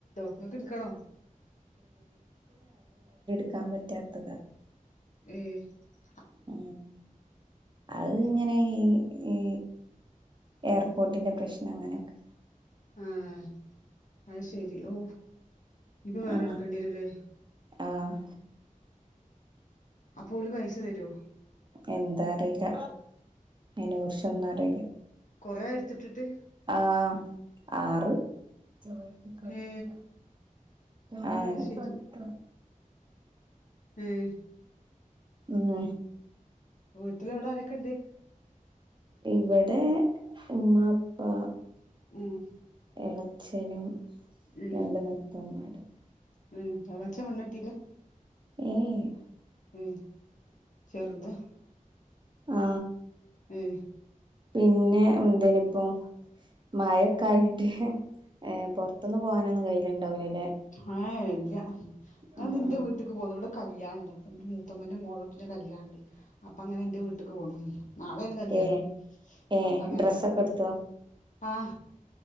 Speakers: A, on the left; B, on the right.
A: നിങ്ങക്കെടുക്കാണോ
B: എടുക്കാൻ പറ്റാത്തതാ
A: ഉം
B: ഉം അത് ഇങ്ങനെ ഈ ഈ എയർപോർട്ടിന്റെ പ്രശ്നം അങ്ങനെയൊക്കെ
A: ആഹ് അത് ശെരി ഓ ഇപ്പം വേറെ
B: ഉം
A: എടുക്കേണ്ടി വരൂല്ലേ
B: ആഹ്
A: അപ്പോ ഓല് പൈസ തരുവോ
B: എന്താ അറിയില്ല അതിനെ കുറിച്ചൊന്നും അറിയില്ല
A: കൊറെഎടുത്തിട്ടിട്ട്
B: ആഹ് ആറ് ജോയ്ക്ക് കട്ട
A: ഏ
B: ആ
A: അത് ശെരി
B: കട്ട
A: ഉംമ്
B: ഉം
A: വീട്ടില് അവിടെ ആരൊക്കെണ്ട്
B: ഇവിടെ ഉമ്മ ഉപ്പാ
A: ഉം
B: എളച്ചനും
A: ഉം
B: രണ്ടു നാത്തൂന്മാരും
A: ഉം ഇളച്ചൻ വന്നട്ടില്ല
B: ഏയ്യ്
A: ഉ ചെറുതാ
B: ആ
A: ഉം
B: പിന്നെ എന്തേനിപ്പൊ മഴൊക്കെ ആയിട്ട് ഏ പൊറത്തൊന്ന് പോകാനൊന്നും കയ്യലുണ്ടാവൂല്ല
A: ആ ഇല്ല ഞാൻ
B: ആഹ്
A: ഇന്റെ വീട്ടിക്ക് പോന്ന്. ഇവിടെ കല്യാണണ്ട് അപ്പൊ മുത്തമ്മന്റെ മോളോട്ടിടെ കല്യാണണ്ട്. അപ്പൊ അങ്ങനെ എന്റെ വീട്ടിക്ക് പോന്ന് നാളേണ് കല്യാണം.
B: ഏഹ് ഏഹ്
A: അപ്പ അങ്ങനെ
B: ഡ്രസ്സൊക്കെ എടുത്തോ
A: ആ